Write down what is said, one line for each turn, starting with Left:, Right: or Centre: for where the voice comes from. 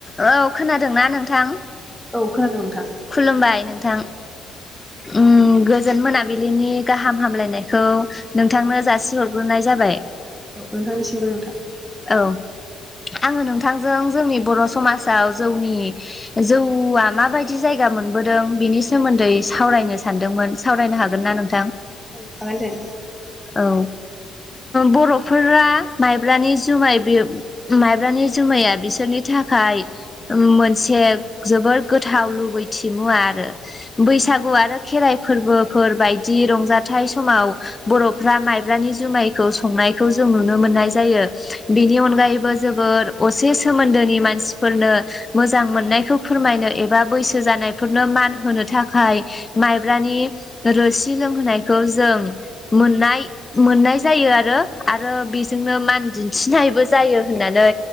Left: औ खोनादोंना नोंथां।
Centre: औ खोनादों नोंथां
Left: खुलुमबाय नोंथां। ओम गोजोन मोनाबिलिनि गाहाम हामलायनायखौ नोंथांनो जासिहरग्रोनाय जाबाय।
Centre: औ ओंखारनिसिमबो नोंथां
Left: औ आङो नोंथांजों जोंनि बर' समाजाव जौनि जौवआ माबायदि जायगा मोनबोदों बिनि सोमोन्दै सावरायनो सानदोंमोन। सावरायनो हागोन ना नोंथां।
Centre: औ हागोन दे
Left: औ बर'फोरा माइब्रानि जुमाय बे माइब्रानि जुमाया बिसोरनि थाखाय मोनसे जोबोर गोथाव लुबैथि मुवा आरो बैसागु आरो खेराइ फोरबोफोर बायदि रंजाथाइ समाव बर' फ्रा माइब्रानि जुमायखौ संनायखौ जों नुनो मोननाय जायो बेनि अनगायैबो जोबोर असे सोमोन्दोनि मानसिफोरनो मोजां मोननायखौ फोरमायनो एबा बैसो जानायफोरनो मान होनो थाखाय माइब्रानि रोसि लोंहोनायखौ जों मोननाय मोननाय जायो आरो आरो बेजोंनो मान दिन्थिनायबो जायो होननानै